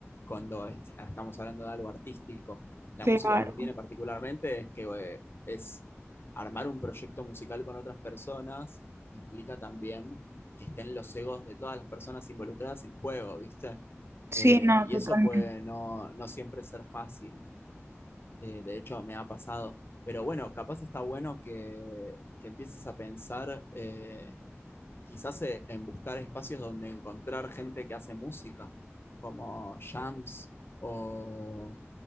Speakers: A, on the left (about 50°); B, on the right (about 60°).
A: cuando est- estamos hablando de algo artístico. La
B: Claro.
A: música lo que tiene particularmente es que eh, es armar un proyecto musical con otras personas implica también que estén los egos de todas las personas involucradas en juego, ¿viste?
B: Sí,
A: Eh,
B: no,
A: y
B: totalmente.
A: eso puede no, no siempre ser fácil. Eh, de hecho, me ha pasado. Pero bueno, capaz está bueno que, que empieces a pensar eh, quizás eh, en buscar espacios donde encontrar gente que hace música, como jams o